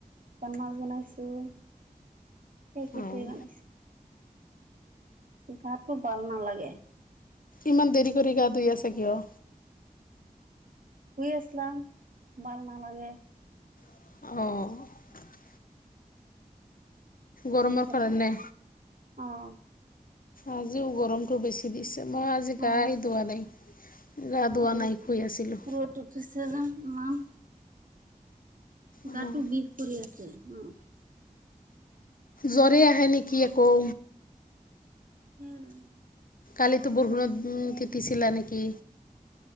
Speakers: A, on the right (about 70°); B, on the left (about 75°).
A: পান্মাছ বনাইছোঁ। সেইেটোৱেই
B: অঁ
A: বনাইছোঁ। গাটো ভাল নালাগে।
B: ইমান দেৰি কৰি গা ধুই আছে কিয়?
A: শুই আছলাম মাল নালাগে।
B: অ'। গৰমৰ
A: সেইকাৰণে
B: কাৰণে।
A: অ'।
B: আজিও গৰমটো বেছি দিছ মই আজি
A: অ
B: গাই দোৱা নাই, গা ধোৱা
A: ৰ'দ
B: নাই শুই আছিলো।
A: ৰ'দ <unintelligible>
B: অঁ
A: গাটো বিষ কৰি আছে মোৰ।
B: জ্বৰে আহে নেকি আকৌ।
A: উম,
B: কালিতো বৰষুণত তিতিছিলা নেকি?